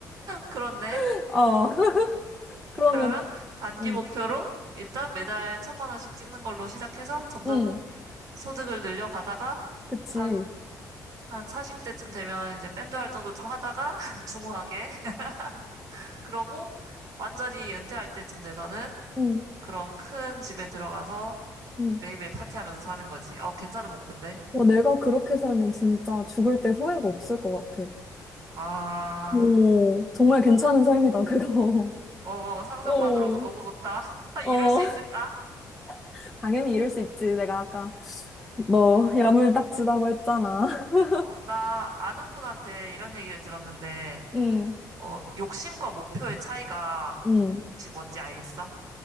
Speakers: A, on the right (about 65°); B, in the centre.
A: 그렇네.
B: <laughs> 어. <laughs> 그러면
A: 그러면 단기
B: 응.
A: 목표로 일단 매달 천만 원씩 찍는 걸로 시작해서 점점
B: 응.
A: 소득을 늘려가다가
B: 그치.
A: 한, 한 40대쯤 되면 이제 밴드 활동도 좀 하다가 <laughs> 중후하게. <laughs> 그러고 완전히 은퇴할 때쯤 돼서는
B: 응.
A: 그런 큰 집에 들어가서
B: 응.
A: 매일매일 파티하면서 사는 거지. 어, 괜찮은 목표인데?
B: 뭐 내가 그렇게 살면 진짜 죽을 때 후회가 없을 것 같아.
A: 아,
B: 오, 정말 괜찮은 삶이다, 그거.
A: 어,
B: <laughs>
A: 어, 상상만으로도
B: 어.
A: 너무 좋다. <laughs>
B: 어.
A: 이룰 수 있을까?
B: <laughs> 당연히 이럴 수 있지. 내가 아까 너
A: 어,
B: 야물딱지다고 했잖아. <laughs>
A: 어, 나 아는 분한테 이런 얘기를 들었는데,
B: 응.
A: 어, 욕심과 목표의 차이가
B: 응.
A: 혹시 뭔지 알겠어?